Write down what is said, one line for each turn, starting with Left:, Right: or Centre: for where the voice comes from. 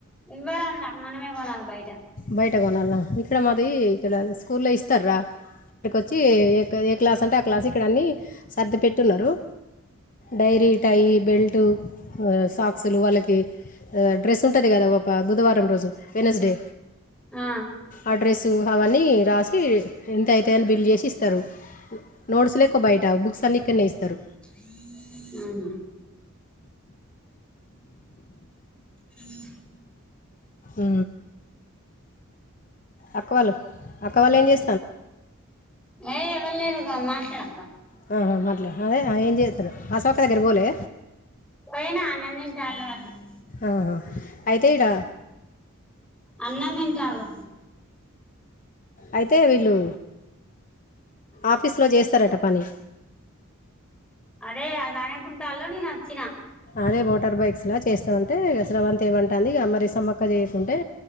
Centre: ఇవ్వరన్ల మనమే కొనాలి బయట
Left: బయట కొనాలా ఇక్కడ మాది ఇక్కడ స్కూల్లో ఇస్తార్రా ఇక్కడికొచ్చి ఏ క్లాస్ అంటే ఆ క్లాస్ ఇక్కడ అన్ని సర్ది పెట్టున్నారు డైరీ టై బెల్టు ఆ సాక్సులు వాళ్ళకి ఆ డ్రెస్ ఉంటది కదా ఒక బుధవారం రోజు వెడ్నెస్ డే
Centre: ఆ
Left: అడ్రస్సు అవన్నీ రాసి ఎంత అైతే అని బిల్ చేసి ఇస్తారు నోట్స్ లే <unintelligible> బయట బుక్స్ అన్ని ఇక్కడ నే ఇస్తారు
Centre: హ హ
Left: ఉ అక్క వాళ్ళు అక్క వాళ్ళు ఏం <unintelligible>
Centre: ఏ ఇవ్వలు లేరు ఇగో మాట్లాడు అక్క
Left: హ మాట్లేదు అదే ఏం చేస్తారు అశోక దగ్గర పోలే
Centre: పోయినా అన్నం <unintelligible>
Left: ఆహా అయితే ఇడ
Centre: అన్నం తింటాడు
Left: అయితే వీళ్ళు ఆఫీస్లో చేస్తారట పని
Centre: అదే అది అనుకుంటాలు <unintelligible> నేను వచ్చిన
Left: అదే మోటార్ బైక్స్లా చేస్తామంటే స్రవంతి ఏమంటది ఇగ మరి సమ్మక్క చేయకుంటే